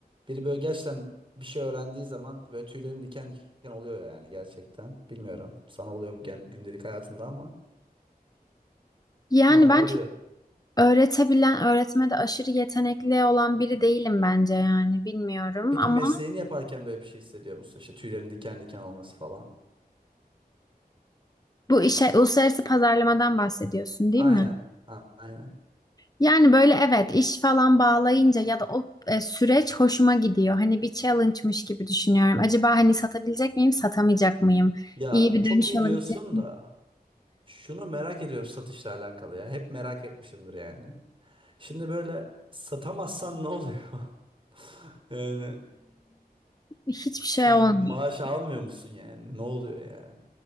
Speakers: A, on the right (about 35°); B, on the left (about 25°).
A: biri böyle gerçekten bir şey öğrendiği zaman böyle tüylerim diken diken oluyor yani gerçekten. Bilmiyorum sana oluyor mu gen- gündelik hayatında ama
B: Yani
A: bana
B: ben
A: oluyor.
B: çok öğretebilen, öğretmede aşırı yetenekli olan biri değilim bence yani bilmiyorum
A: Peki
B: ama
A: mesleğini yaparken böyle bir şey hissediyor musun? İşte tüylerin diken diken olması falan.
B: bu işe uluslararası pazarlamadan bahsediyorsun, değil
A: Aynen.
B: mi?
A: a- Aynen.
B: Yani böyle evet iş falan bağlayınca ya da o e, süreç hoşuma gidiyor. Hani bir challenge'mış gibi düşünüyorum. Acaba hani satabilecek miyim, satamayacak mıyım?
A: Ya
B: İyi bir
A: çok
B: dönüş
A: iyi
B: alabilecek
A: diyorsun
B: miyim?
A: da şunu merak ediyorum satışla alakalı ya. Hep merak etmişimdir yani. Şimdi böyle satamazsan ne oluyor? <laughs> Yani
B: Ee, hiçbir şey
A: e,
B: olmuyor.
A: maaş almıyor musun yani? Ne oluyor yani?